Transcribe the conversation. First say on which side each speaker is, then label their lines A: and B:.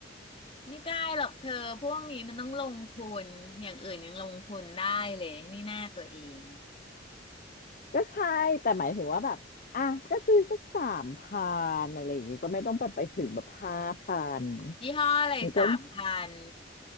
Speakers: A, on the left (about 30°); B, on the left (about 45°).
A: ไม่ได้หรอกเธอพวกนี้มันต้องลงทุนอย่างอื่นยังลงทุนได้เลยนี่หน้าตัวเอง
B: ก็ใช่แต่หมายถึงว่าแบบอ่ะก็ซื้อสักสามพันอะไรอย่างงี้ก็ไม่ต้องไปไปถึงแบบห้าพัน
A: ยี่ห้ออะไรสามพัน
B: มันก็